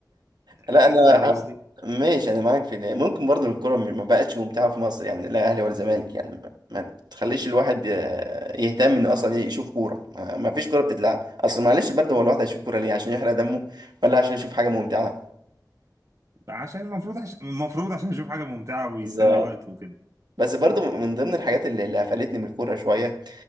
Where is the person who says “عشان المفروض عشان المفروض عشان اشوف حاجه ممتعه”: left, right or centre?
Right